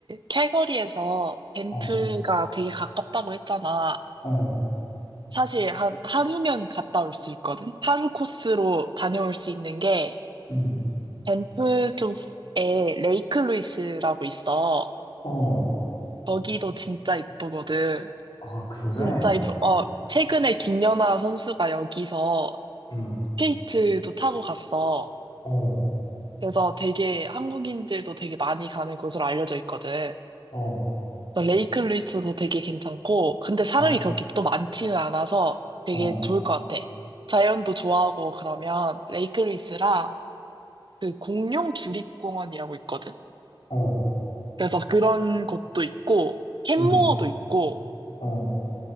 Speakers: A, on the right; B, on the left.
A: 캘거리에서 밴프가
B: 어,
A: 되게 가깝다고 했잖아.
B: 어,
A: 사실 한 하루면 갔다 올 수 있거든. 하루 코스로 다녀올 수 있는 게
B: 음,
A: 밴프 쪽에 레이크 루이스라고 있어.
B: 어,
A: 거기도 진짜 이쁘거든.
B: 아, 그래?
A: 진짜 이쁘. 어, 최근에 김연아 선수가 여기서
B: 음,
A: 스케이트도 타고 갔어.
B: 어,
A: 그래서 되게 한국인들도 되게 많이 가는 곳으로 알려져 있거든.
B: 어,
A: 그래서 레이크 루이스도 되게 괜찮고, 근데 사람이
B: 어,
A: 그렇게 또 많지는 않아서 되게
B: 어,
A: 좋을 것 같아. 자연도 좋아하고 그러면 레이크 루이스랑 그 공룡 주립공원이라고 있거든.
B: 어,
A: 그래서 그런 곳도 있고, 캔모어도
B: 음,
A: 있고,
B: 어,